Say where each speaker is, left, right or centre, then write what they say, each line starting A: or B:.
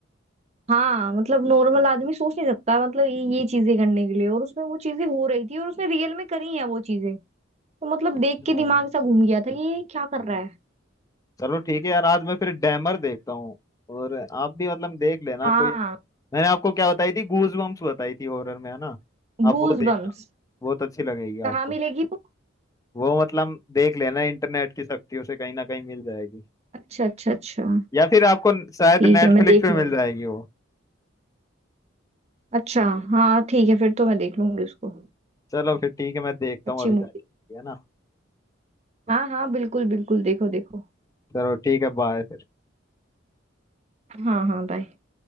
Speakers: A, on the right; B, on the left.
A: हाँ मतलब नॉर्मल आदमी सोच नहीं सकता मतलब ये ये चीजें करने के लिए और उसमें वो चीजें हो रही थी और उसने रियल में करी हैं वो चीजें तो मतलब देख
B: हाँ
A: के दिमाग सा घूम गया था कि ये क्या कर रहा है
B: चलो ठीक है यार आज मैं फिर डैमर देखता हूँ और आप भी मतलब देख लेना
A: हाँ
B: कोई मैंने आपको क्या बताई थी गूज बम्प्स बताई थी हॉरर में है ना आप
A: गूज
B: वो देखना
A: बम्स
B: बहुत अच्छी लगेगी
A: कहाँ
B: आपको
A: मिलेगी वो
B: वो मतलब देख लेना इंटरनेट की शक्तियों से कहीं ना कहीं मिल जाएगी
A: अच्छा अच्छा अच्छा
B: या फिर आपको न- शायद
A: ठीक
B: नेटफ्लिक्स
A: है मैं देख
B: पे
A: लूंगी
B: मिल जाएगी वो
A: अच्छा हाँ ठीक है फिर तो मैं देख लूंगी उसको
B: चलो फिर ठीक है मैं देखता
A: अच्छी
B: हूँ अभी जाके
A: मूवी
B: है ना
A: हाँ हाँ बिल्कुल बिल्कुल देखो देखो
B: चलो ठीक है बाय फिर
A: हाँ हाँ बाय